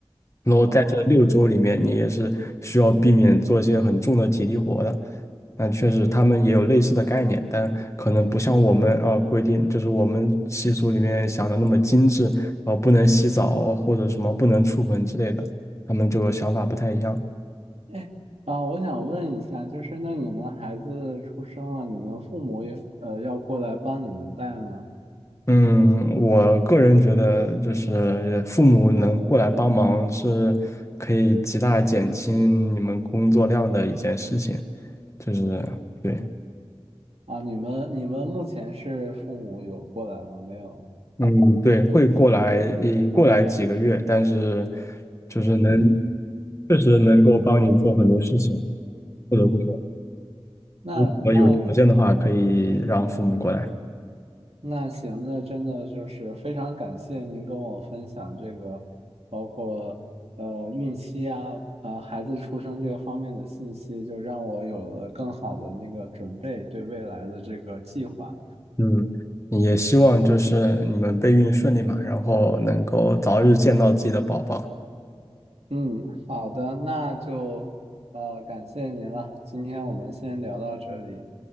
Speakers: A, on the left (about 30°); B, on the right (about 75°).
A: 然后在这六周里面，
B: 哦，
A: 你也是需要避免做一些很重的体力活的。但确实，他们也有类似的概念，但可能不像我们啊、呃规定，就是我们习俗里面想的那么精致，呃，不能洗澡或者什么不能出门之类的，他们就想法不太一样。
B: 哎，啊，我想问一下，就是那你们孩子出生了，你们父母也呃要过来帮你们带吗？
A: 嗯，我个人觉得，就是父母能过来帮忙，是可以极大减轻你们工作量的一件事情。就是对，
B: 啊，你们你们目前是父母有过来吗？没有。
A: 嗯，对，会过来，一过来几个月，但是就是能，确实能够帮你做很多事情，不得不说，
B: 嗯，那那
A: 如果有条件的话，可以让父母过来。
B: 那行，那真的就是非常感谢您跟我分享这个，包括呃孕期啊，呃孩子出生这个方面的信息，就让我有了更好的那个准备，对未来的这个计划。
A: 嗯，也希望就是你们备孕顺利嘛，然后能够早日见到自己的宝宝。
B: 嗯，好的，那就呃感谢您了，今天我们先聊到这里，